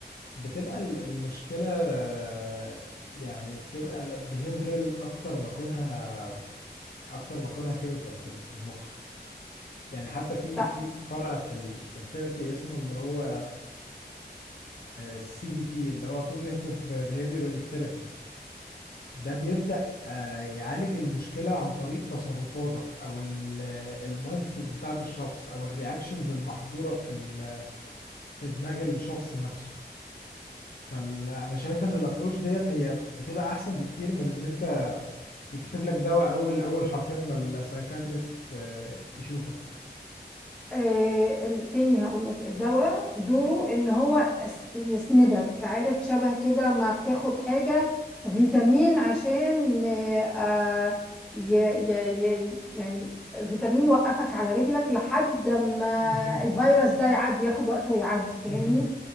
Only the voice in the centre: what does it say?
لا
إيه التاني هقول لك الدواء دوره ان هو يس- يسندك عارف شبه كده ما بتاخد حاجه فيتامين عشان إيه، آه ي... ي... ي... يعني فيتامين يوقفك على رجلك لحد ما
الفيروس ده يعدي ياخد وقته ويعدي فاهمني